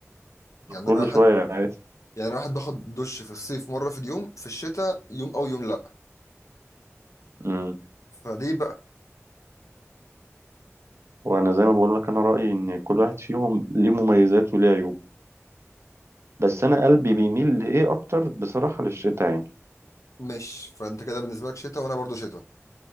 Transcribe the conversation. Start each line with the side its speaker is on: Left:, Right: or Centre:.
Left: يعني
Right: كل
Left: انا واحد
Right: شوية عادي
Left: يعني انا واحد باخد دش في الصيف مرة في اليوم في الشتاء يوم او يوم لا
Right: امم
Left: فليه بقى
Right: وانا زي ما بقول لك انا رأيي ان كل واحد فيهم ليه مميزات وليه عيوب بس انا قلبي بيميل لايه اكتر بصراحة للشتاء يعني
Left: مش فانت كده بالنسبة لك شتاء وانا برضو شتاء